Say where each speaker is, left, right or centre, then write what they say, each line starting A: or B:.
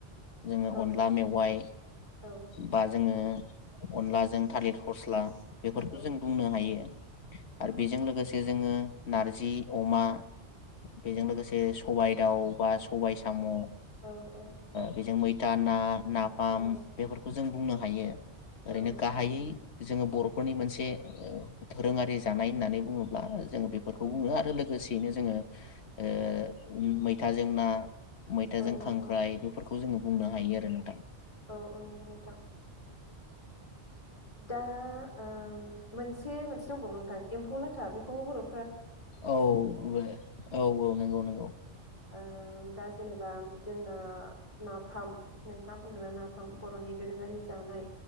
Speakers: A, on the left; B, on the left.
A: जोङो
B: औ
A: अनला मेवाइ
B: औ
A: बा जोङो अनलाजों थालिर फस्ला बेफोरखौ
B: औ
A: जों बुंनो हायो। आरो बेजों लोगोसे जोङो नारजि अमा बेजों लोगोसे स सबाय दाउ बा सबाय साम' ओ
B: औ औ
A: बेजों मै दाना नाफाम
B: औ
A: बेफोरखौ ज जों बुंनो हायो। ओरैनो
B: औ
A: गाहायै
B: नंगौ नोंथां
A: जोङो बर' फोरनि मोनसे ओ धोरोङारि जानाय होननानै बुङोब्ला ओज जों बेफोरखौ
B: औ
A: बुङो आरो लोगोसे बिनो जोङो ओ ओम मैथाजों ना मैथाजों
B: औ
A: खांख्राइ
B: औ
A: इफोरखौ खौ जोङो बुंनो हायो आरो नोंथां।
B: औ औ नंगौ नोंथां। दा ओ मोनसे मोनसे दंबावो नोंथां एम्फौ लाथा बेखौ बर'
A: औ <unintelligible> औ औ नंगौ नंगौ।
B: ओ दा जेनेबा जोंना नाफाम नोंथाङा बुंदोंना नाफाम बर'नि दोरोङारि जानाय